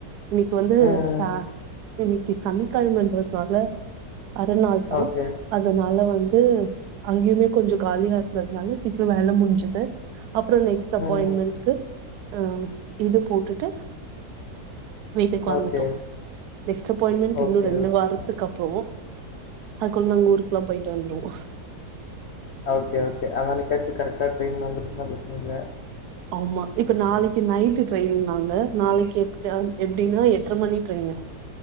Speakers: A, on the right; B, on the left.
A: இன்னிக்கு வந்து
B: ம், ம்.
A: ச இன்னிக்கு சனிக் கெழமன்றதுனால அர நாள் தா
B: ஓகே.
A: அதனால வந்து அங்கேயுமே கொஞ்ச காலியா இருந்ததுனால சீக்கிர வேல முடிஞ்சுது அப்புறோ நெக்ஸ்ட் அப்பாயின்ட்
B: ம்.
A: மெண்ட்கு ஆ இது போட்டுட்டு வீட்டுக்கு வந்துட்டோ
B: ஓகே.
A: நெக்ஸ்ட் அப்பாயின்மெண்ட்
B: ஓகே,
A: இன்னு ரெண்டு
B: ஓகே.
A: வாரத்துக்கு அப்புறோ அதுக்குள்ள நாங்க ஊருக்கெல்லா போயிட்டு வந்துருவோ
B: ஒகே ஓகே அத்தன்கியாச்சூ கரெக்டா ட்ரெயின் வந்துருச்சுன்னா பிரச்சன இல்ல
A: ஆமா இப்ப நாளைக்கு நைட் ட்ரெயினு நாங்க நாளைக்கி எப்ட எப்டினா எட்ற மணி ட்ரெயினு